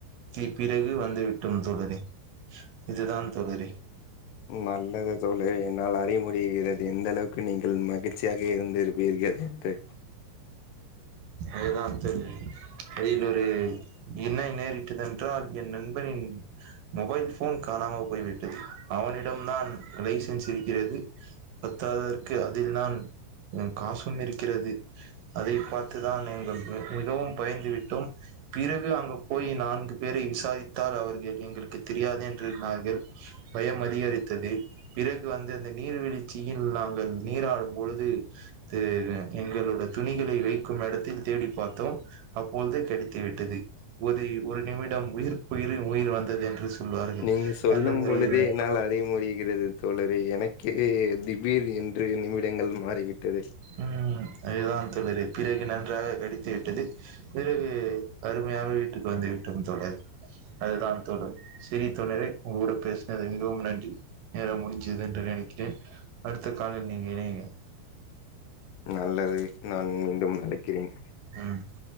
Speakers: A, on the right; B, on the left.
A: து பிறகு வந்து விட்டோம் தோழரே இதுதான் தோழரே
B: நல்லது தோழரே என்னால் அறிய முடிகிறது எந்த அளவுக்கு நீங்கள் மகிழ்ச்சியாக இருந்திருப் பீர்கள் என்று
A: அதுதான் தோழரே அதில் ஒரு இன்னல் நேரிட்டதன் ட்ரால் என் நண்பனின் மொபைல் போன் காணாம போய் விட்டது அவனிடம் நான் லைசன்ஸ் இருக்கிறது பத்தாததற்கு அதில் நான் ம் காசும் இருக்கிறது அதை பார்த்துதான் எங்கள் மி மிகவும் பயந்து விட்டோம் பிறகு அங்கு போய் நான்கு பேரை விசாரித்தால் அவர்கள் எங்களுக்கு தெரியாது என்றுனார்கள் பயம் அதிகரித்தது பிறகு வந்து அந்த நீர்வீழுச்சியில் நாங்கள் நீராடும் பொழுது <unintelligible> எங்களோட துணிகளை வைக்கும் எடத்தில் தேடி பாத்தோம் அப்பொழுது கெடைத்துவிட்டது ஒரு ஒரு நிமிடம் உயிர் போயிரு உயிர் வந்தது என்று சொல்வார்கள்
B: நீங்க சொல்லும்
A: அந்த மாரி
B: பொழுதே என்னால் அறிய முடிகிறது தோழரே எனக்கே திபீர் என்று நிமிடங்கள் மாறிவிட்டது
A: ம் அதுதான் தோழரே பிறகு நன்றாக கடித்து விட்டது பிறகு அருமையாக வீட்டுக்கு வந்து விட்டோம் தோழரே அதுதான் தோழர் செரி தோழரே உங்க கூட பேசுனது மிகவும் நன்றி நேரம் முடிஞ்சது என்று நெனைக்கிறேன் அடுத்த காலில் நீங்க இணையுங்க
B: நல்லது நான் மீண்டும் அழைக்கிறேன்
A: ம்